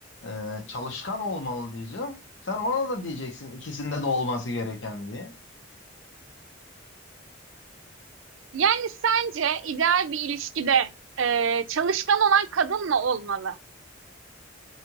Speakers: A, on the left (about 65°); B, on the right (about 75°).
A: Ee, çalışkan olmalı diyeceğim. Sen ona da diyeceksin ikisinde de olması gereken diye.
B: Yani sence ideal bir ilişkide e, çalışkan olan kadın mı olmalı?